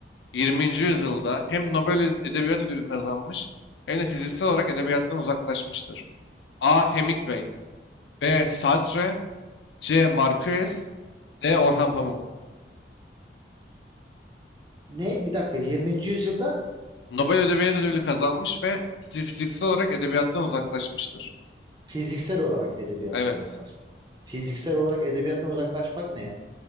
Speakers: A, on the left; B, on the right.
A: 20. yüzyılda hem Nobel Edebiyat Ödülü kazanmış hem de fiziksel olarak edebiyattan uzaklaşmıştır? A. Hemingway B. Sartre C. Marquez D. Orhan Pamuk
B: Ne? Bir dakika 20. yüzyılda
A: Nobel Edebiyat Ödülü kazanmış ve fiz- fiziksel olarak edebiyattan uzaklaşmıştır.
B: fiziksel olarak edebiyattan
A: Evet.
B: uzaklaşmak. Fiziksel olarak edebiyattan uzaklaşmak ne ya?